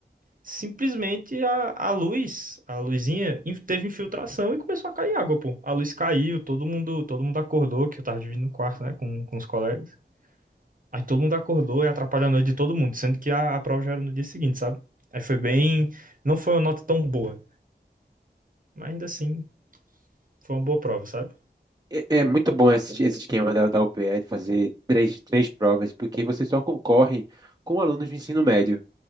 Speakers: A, on the right (about 50°); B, on the right (about 20°).
A: Simplesmente a, a luz, a luzinha, in- teve infiltração e começou a cair água, pô. A luz caiu, todo mundo, todo mundo acordou, que eu tava dividindo o quarto, né, com, com os colegas. Aí todo mundo acordou e atrapalhou a noite de todo mundo, sendo que a, a prova já era no dia seguinte, sabe? Aí foi bem. Não foi uma nota tão boa, mas ainda assim, foi uma boa prova, sabe?
B: É, é muito bom esse, esse esquema da, da UPE de fazer três, três provas, porque você só concorre com alunos do ensino médio.